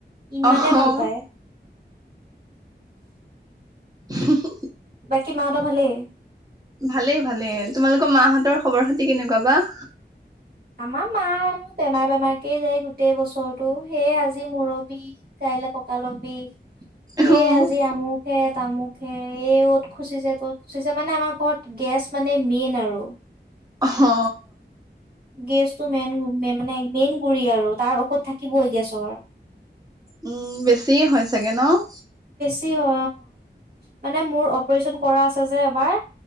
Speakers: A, on the right; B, on the right.
A: ইমানে
B: অ',
A: ভাল পায়।
B: হে হো
A: বাকী মা হঁতৰ ভালেই?
B: ভালেই ভালেই। ‌ তোমালোকৰ মা হঁতৰ খবৰ খাতি কেনেকুৱা বা?
A: আমাৰ মা বেমাৰ বেমাৰ কে যাই গোটেই বছৰতো। সেয়ে আজি মূৰৰ বিষ, কাইলে কঁকালৰ বিষ।
B: অ',
A: এই আজি আমুক হে তামুক হে এই অ'ত খুচিছে ত'ত খুচিছে মানে আমাৰ ঘৰত গেছ মানে মেইন আৰু।
B: অ হঅ
A: গেছতটো মেইন মানে মেইন গুৰি আৰু তাৰ ঔষধ থাকিবই গেছৰ
B: উম বেছি হয় চাগে ন-
A: ই অ মানে মোৰ অপাৰেচন কৰা আছে যে এবাৰ